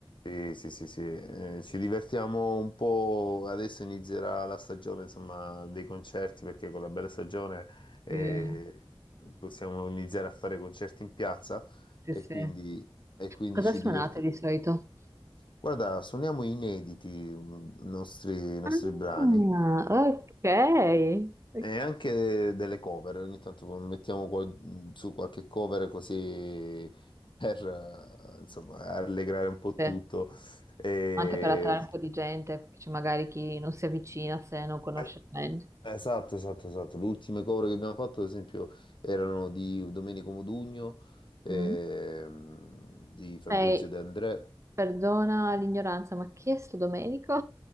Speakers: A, on the left; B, on the right.
A: Sì, sì, sì, sì. eh, ci divertiamo un po'. Adesso inizierà la stagione, insomma, dei concerti, perché con la bella stagione eh,
B: Sì.
A: possiamo iniziare a fare concerti in piazza
B: Sì,
A: e
B: sì.
A: quindi, e quindi
B: Cosa
A: ci
B: suonate
A: divertiamo.
B: di solito?
A: Guarda, suoniamo inediti mh, i nostri, i nostri
B: Ah,
A: brani
B: ok. Ok.
A: e anche delle cover. Ogni tanto mettiamo qual- mh, su qualche cover così per eh, insomma, allegrare un po'
B: Sì,
A: tutto. E-
B: Anche per attrarre un po' di gente, che c'è magari chi non si avvicina se non conosce
A: eh,
B: il band.
A: Esatto, esatto, esatto. Le ultime cover che abbiamo fatto, ad esempio, erano di Domenico Modugno, ehm,
B: Mm.
A: di Fabrizio
B: Ehi,
A: De André.
B: perdona l'ignoranza, ma chi è sto Domenico?